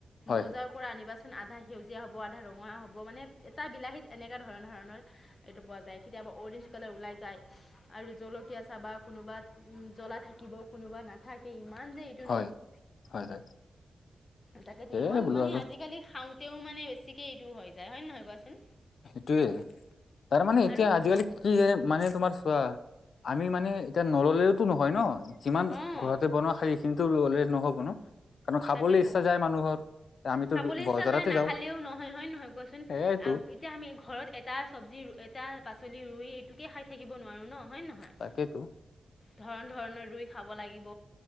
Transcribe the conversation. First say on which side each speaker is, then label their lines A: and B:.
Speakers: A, on the left; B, on the left.
A: হয়,
B: বজাৰৰ
A: হয়,
B: পৰা আনিবাচোন। আধা সেউজীয়া হ'ব, আধা ৰঙা হ'ব মানে এটা বিলাহীত এনেকুৱা ধৰণৰ ধৰণৰ এইটো পোৱা যায়। অৰেঞ্জ কালাৰ ওলাই যায়, আৰু জলকীয়া চাবা কোনোবা উম, জ্বলা থাকিব কোনোবা নাথাকে ইমান। যে এইটো
A: হয়, হয়, হয়।
B: তাকেইতো
A: সেয়ে
B: ইমান
A: বোলো
B: মানে
A: আৰু
B: আজিকালি খাওঁতেও মানে বেছিকে এইটো হৈ যায় হয় নে নহয় কোৱাচোন?
A: সেইটোয়ে তাৰ মানে এতিয়া
B: আৰু
A: আজিকালি কি যে মানে তোমাৰ চোৱা আমি মানে এতিয়া নললেওতো নহয় ন যিমান
B: অঁ
A: ঘৰতে বনোৱা শাৰী কিন্তু ৰুলেই নহ'ব ন? কিন্তু খাবলৈ
B: তাকেতো
A: ইচ্ছা যায় মানুহৰ। আমিতো
B: খাবলৈ
A: বজাৰতে
B: ইচ্ছা যায় নাখালেও
A: যাওঁ
B: নহয় হয়ে নহয় কোৱাচোন?
A: সেয়াইতো
B: এতিয়া আমি ঘৰত এটা চব্জি এটা পাচলি ৰুই এইটোকে খাই থাকিব নোৱাৰোঁ ন? হয় নহয়?
A: তাকেইতো
B: ধৰণ-ধৰণৰ ৰুই খাব লাগিব।